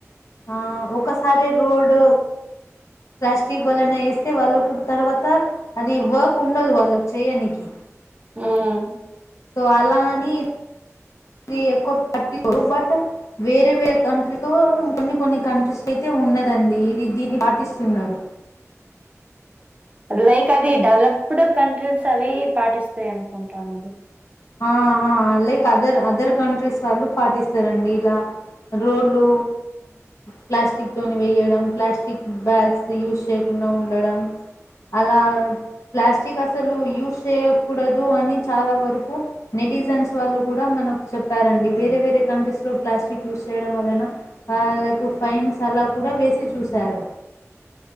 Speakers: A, on the left (about 75°); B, on the right (about 25°).
A: ఆ ఒకసారి రోడ్ ప్లాస్టిక్ వలన వేస్తే వాళ్ళకు తర్వాత అది వర్క్ ఉండదు వాళ్ళకి చేయనికి
B: మ్మ్
A: సో, అలా అని ఇది ఎక్కువ <unintelligible> వేరే వేరే కంట్రీస్తో కొన్ని కొన్ని కంట్రీస్ అయితే ఉన్నదండి ఇది దీన్ని పాటిస్తున్నారు
B: లైక్ అది డవలప్డ్ కంట్రీస్ అవి పాటిస్తాయి అనుకుంటాండి
A: ఆ ఆ లైక్ అదర్ అదర్ కంట్రీస్ వాళ్ళు పాటిస్తారండి ఇలా రోడ్లు ప్లాస్టిక్ తోని వేయడం ప్లాస్టిక్ బ్యాగ్స్ యూస్ చేయకుండా ఉండడం అలా ప్లాస్టిక్ మీకు అసలు యూస్ చేయకూడదు అని చాలా వరకు నెటిజన్స్ వాళ్ళు కూడా మనకు చెప్పారండి వేరే వేరే కంట్రీస్ లో ప్లాస్టిక్ యూజ చేయడం వలన వాళ్ళకు ఫైన్స్ అలా కూడా వేసి చూసారు